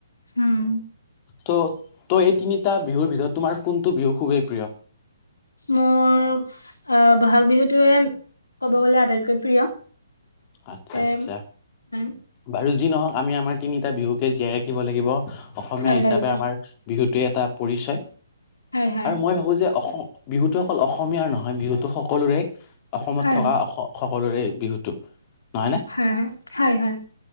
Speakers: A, on the left; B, on the left.
A: হোম
B: ত' ত' এই তিনিটা বিহুৰ ভিতৰত তোমাৰ কোনটো বিহু খুবেই প্ৰিয়?
A: মোৰ আহ বহাগ বিহুটোৱে ক'ব গ'লে আটাইতক প্ৰিয়
B: আচ্ছা
A: তে
B: আচ্ছা
A: হ
B: বাৰু যি নহওঁক আমি আমাৰ তিনিটা বিহুকে জীয়াই ৰাখিব লাগিব অসমীয়া
A: হয়
B: হিচাপে
A: লাগিব
B: আমাৰ বিহুত গোটোৱেই এটা পৰিচয়,
A: হয় হয়
B: আৰু মই ভাবোঁ যে অসম বিহুতটো অকল অসমীয়াৰ নহয় বিহুতো সকলোৰে অসমত
A: হয়
B: থকা অস সকলোৰে বিহুটো, নহয় নে
A: হয় হয় হয়।